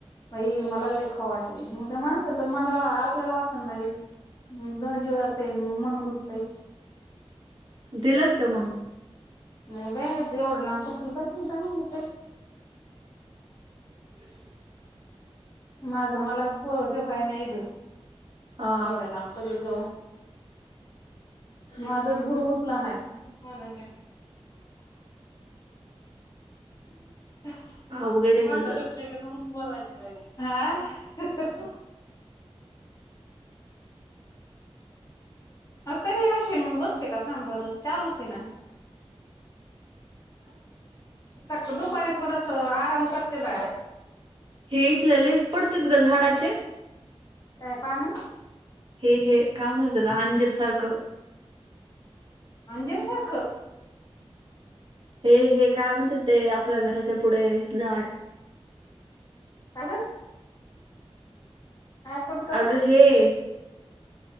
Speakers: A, on the left; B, on the right.
A: बाई मला लई खाऊ वाटलय मग ते माणसच मला आपल्याला वाटतं ना बाई. दोन दिवस येण मन गुत्तय.
B: दिलास का मग.
A: नाही बाई जे रे लां कसंलंजातं म्ह जा होते.
B: <unintelligible>
A: माझं मला च हेे होईना इथं
B: हा
A: एवढ्या लांब. क जाऊन माझ बुड उसला नाही. ह. क्ष
B: अवघड आहे तुझं
A: बोलायचं हा. अ तरी असशन मी बसते का सांबर चालूच आहे ना.
B: <unintelligible>
A: सका दुपारी थोडस आराम करते बया.
B: हे इथले लईच पडतेत ग झाडाचे.
A: काय पान.
B: हे हे का म्हणतो त्याला अंजर सारखं.
A: अंजीर सारख.
B: हे हे काय म्हणते ते आपल्या घराच्या पुढे झाड.
A: अगं. काय पडतं
B: अगं
A: ग.
B: हे.